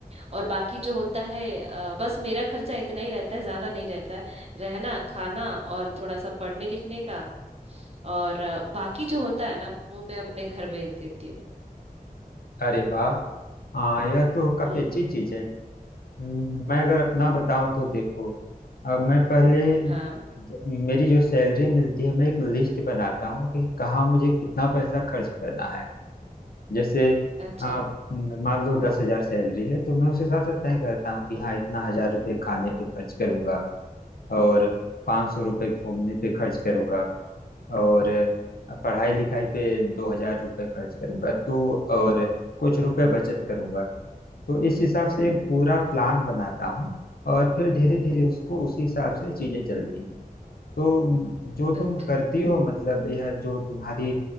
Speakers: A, on the right (about 40°); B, on the left (about 80°).
A: और बाकी जो होता है अ, बस मेरा खर्चा इतना ही रहता है ज्यादा नहीं रहता है रहना खाना और थोड़ा सा पढ़ने लिखने का और अ, बाकी जो होता है ना वो मैं अपने घर भेज देती हूँ
B: अरे वाह हाँ यह तो काफी
A: हम्म
B: अच्छी चीज है हम्म, मैं अगर अपना बताऊं तो देखो अब मैं पहले
A: हाँ
B: ज- मेरी जो सैलरी मिलती है मैं एक लिस्ट बनाता हूँ कि कहाँ मुझे कितना पैसा खर्च करना है जैसे
A: अच्छा
B: आप म, मान लो दस हजार सैलरी है तो मैं उस हिसाब से तय करता हूँ कि हाँ इतना हजार रुपये खाने पे खर्च करूंगा और पाँच सौ रुपये घूमने पे खर्च करूंगा और अ, पढ़ाई लिखाई पे दो हजार रुपये खर्च करूंगा तो और कुछ रुपए बचत करूंगा तो इस हिसाब से एक पूरा प्लान बनाता हूँ और फिर धीरे धीरे उसको उसी हिसाब से चीजें चलती है तो म, जो तुम
A: अच्छा
B: करती हो मतलब यह जो तुम्हारी